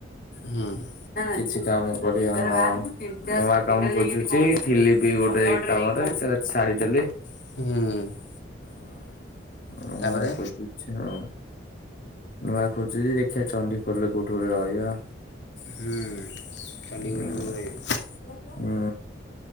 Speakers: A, on the left; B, on the left.
A: ହୁଁ ହୁଁ।
B: କିଛି କାମ କରିବା ନୂଆ କାମ ବୁଝୁଛି। ଥିଲି ବି ଗୋଟେ କାମରେ ସେ ସାରିଦେଲି।
A: ହୁଁ।
B: ହଁ ନୂଆ
A: ତାପରେ
B: ଖୋଜୁଚି। ହଁ ନୂଆ ଖୋଜିଚି ଦେଖିବା ଚଣ୍ଡୀଖୋଲ ରେ କୋଉଠି ଗୋଟେ ରହିବା।
A: ହୁଁ ଚଣ୍ଡୀଖୋଲ
B: ଉଁ।
A: ରେ କୋଉଠି ରହିବ?
B: ହୁଁ।